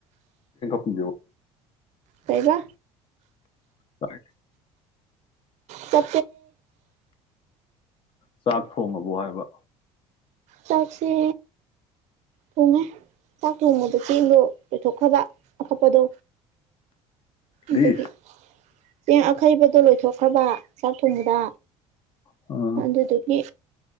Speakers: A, on the left (about 40°); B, on the right (about 60°).
A: ꯎꯣ
B: ꯀꯩꯕ
A: ꯐꯔ
B: ꯇ
A: ꯆꯥꯛ ꯊꯣꯡꯉꯕ ꯍꯥꯏꯕ
B: ꯆꯥꯛꯁꯤ ꯄꯨꯡꯉ ꯆꯥꯛ ꯊꯣꯡꯕꯗ ꯆꯦꯟꯗꯣ ꯑꯣꯏꯩꯊꯣꯛꯈ꯭ꯔꯕ ꯑꯐꯄꯗꯣ
A: ꯀꯔꯤ
B: ꯑꯗꯨꯒꯤ ꯆꯦꯡ ꯑꯈꯩꯕꯗꯣ ꯂꯣꯏꯊꯣꯛꯈ꯭ꯔꯕ ꯆꯥꯛ ꯊꯣꯡꯕꯗ
A: ꯑꯥ
B: ꯑꯗꯨꯗꯒꯤ